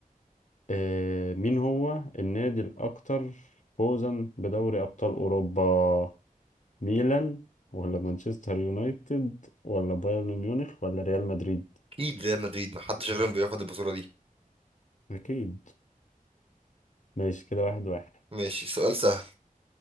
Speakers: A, on the left (about 55°); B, on the right (about 40°).
A: آه، مين هو النادي الأكثر فوزا بدوري أبطال أوروبا ميلان ولا مانشستر يونايتد ولا بايرن ميونخ ولا ريال مدريد
B: اكيد ريال مدريد محدش غيرهم بياخد البطوله
A: أكيد ماشي كده واحد واحد
B: ماشي سؤال سهل